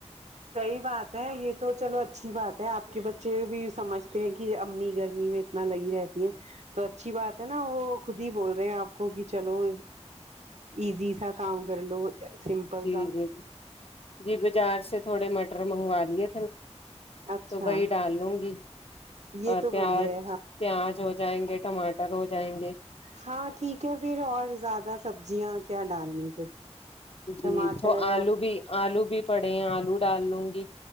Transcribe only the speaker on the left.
جی
جی جی بازار سے تھوڑے مٹر منگوا لیے
تو وہی ڈالنگی گی
اور
پیاز
پیاز ہو جائیں گے ٹماٹر ہو جائیں گے
جی
تو آلو
بھی آلو بھی پڑے ہیں آلو ڈال لوں گی